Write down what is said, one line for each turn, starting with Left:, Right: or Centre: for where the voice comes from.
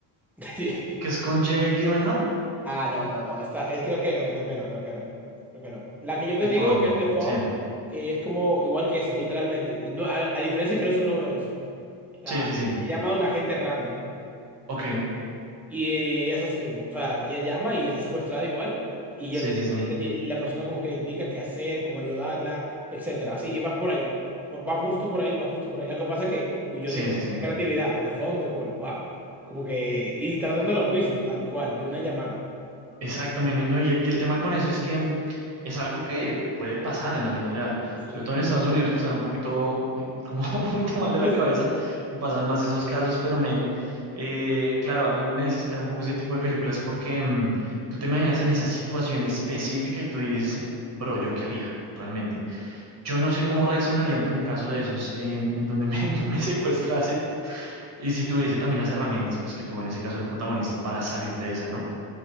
Centre: <laughs> Que-
Right: Que es con Jake Gyllenhaal
Centre: Ah, no, no, no, esta, es, creo que no, creo que no, creo que no, creo que no. La que yo te
Right: de
Centre: digo
Right: Fawn.
Centre: que es The Phone,
Right: Sí,
Centre: Sí. que es como igual que esa, literalmente. No, a, a diferencia que no es un 911. O sea,
Right: sí, sí, sí.
Centre: se llama a un agente random,
Right: Ok,
Centre: y eh, es así mismo, o sea, ella llama y está secuestrada igual, y
Right: sí,
Centre: ya tiene,
Right: sí, sí.
Centre: ella ti- la persona como que le indica qué hacer, cómo ayudarla, etcétera, así, y va por ahí, va, va justo por ahí, va justo por ahí. Lo que pasa es que uy, yo
Right: Sí,
Centre: dije, wow,
Right: sí, sí.
Centre: qué creatividad, de phone de call, wow, como que, y tratando lo mismo, tal cual, de una llamada,
Right: Exacto, men. No, y, y el tema con eso es que mm, es algo que puede pasar en la vida real,
Centre: ¿sí?
Right: sobre todo en Estados Unidos que están un poquito, eh, como <laughs> un poquito mal de la
Centre: <laughs>
Right: cabeza y pasan más esos casos, pero men, eh, claro, a mí me desespera un poco ese tipo de películas porque mm, tú te imaginas en esa situación específica y tú dices, bro, ¿yo qué haría? Realmente, yo no sé cómo reaccionaría ante un caso de esos eh, en donde me, <laughs> me secuestrase y si tuviese también las herramientas pues que tuvo en ese caso el protagonista para salir de esa, ¿no?